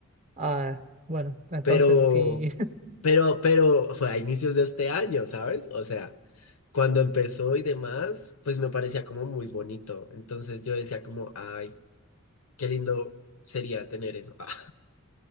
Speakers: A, on the right; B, on the left.
A: Ah, bueno, entonces
B: pero,
A: sí.
B: pero, pero fue a inicios de este año, ¿sabes? O sea, cuando empezó y demás, pues me parecía como muy bonito. Entonces yo decía como, ay, qué lindo sería tener eso. Ah.